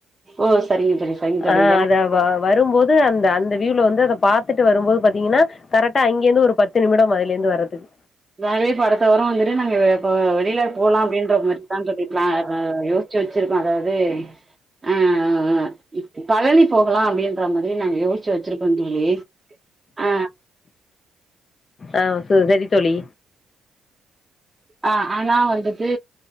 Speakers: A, on the right; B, on the left.
A: ஓ சரிங்க தோழி சரிங்க தோழி
B: ஆ
A: எனக்கு
B: அத வரும்போது அந்த அந்த வீவ்ல வந்து அத பாத்துட்டு வரும்போது பாத்தீங்கன்னா கரெக்டா அங்கேந்து ஒரு பத்து நிமிடம் அதுல இருந்து வரதுக்கு
A: நாங்களே இப்ப அடுத்த வாரோ வந்துட்டு நாங்க இப்ப வெளியில போலா அப்டின்ற மாரி தா தோழி பிளா யோ ச்சு வச்சிருக்கோ அதாவது ஆ இப்ப பழனி போகலா அப்டின்ற மாரி நாங்க யோசிச்சு வச்சிருக்கோ தோழி ஆ
B: ஆ சரி தோழி
A: ஆ ஆனா வந்துட்டு